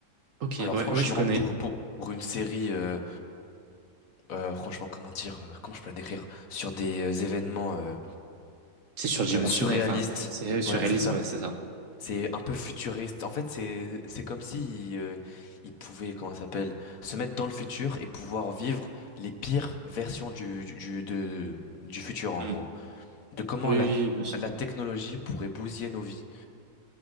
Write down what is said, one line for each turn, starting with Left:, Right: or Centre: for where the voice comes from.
Right: Ok,
Left: Alors,
Right: ouais,
Left: franchement,
Right: ouais, je connais.
Left: pour, pour, pour une série, euh, euh, franchement, comment dire, euh, comment je peux la décrire? Sur des euh, événements euh,
Right: C'est surdimensionnel,
Left: euh, surréalistes.
Right: enfin, c'est euh, surréaliste,
Left: Voilà, c'est ça.
Right: ouais, c'est ça.
Left: C'est un peu futuriste. En fait, c'est c'est comme si euh, ils pouvaient, comment ça s'appelle, se mettre dans le futur et pouvoir vivre les pires versions du du du- de, du futur en
Right: Hmm.
Left: gros. De comment
Right: Oui,
Left: la
Right: oui, oui, bien sûr.
Left: la technologie pourrait bousiller nos vies.